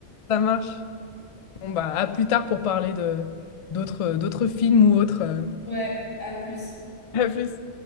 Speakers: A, on the left; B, on the left.
A: Ça marche. Bon, bah, à plus tard pour parler de d'autres d'autres films ou autres. euh.
B: Ouais, à plus.
A: À plus.